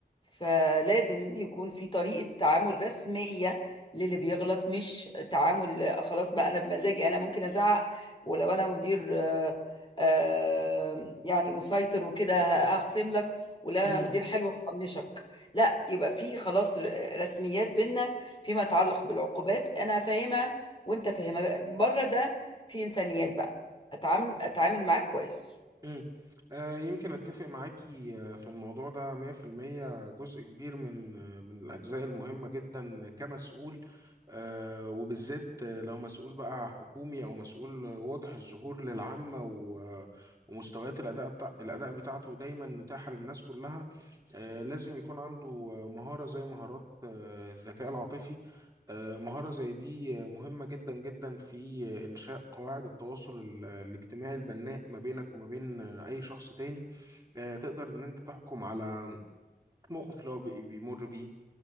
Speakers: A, on the left; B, on the right.
A: فلازم يكون في طريقة تعامل رسمية للي بيغلط مش تعامل آه، خلاص بقى أنا بمزاجي أنا ممكن أزعق ولو أنا مدير آه، آه، يعني مسيطر وكده ه- هخصم لك ولو أنا
B: امم.
A: مدير حلو هطنشك لا يبقى في خلاص ر- رسميات بينا فيما يتعلق بالعقوبات أنا فاهمها وأنت فاهمها بره ده في إنسانيات بقى أتعامل أتعامل معاك كويس
B: مم. آه، يمكن أتفق معاكي آه، في الموضوع ده 100% جزء كبير من آه، من الأجزاء المهمة جدا كمسؤول آه، وبالذات آه، لو مسؤول بقى حكومي أو مسؤول آه، واضح الظهور للعامة و- آه، ومستويات الأداء بتاع الأداء بتاعته دايما متاحة للناس كلها آه، لازم يكون عنده آه، مهارة زي مهارات آه، الذكاء العاطفي آه، مهارة زي دي آه، مهمة جدا جدا في آه، إنشاء قواعد التواصل ال- الاجتماعي البناء ما بينك وما بين آه، أي شخص تاني آه، تقدر إن أنت تحكم على الموقف اللي هو بي- بيمر بيه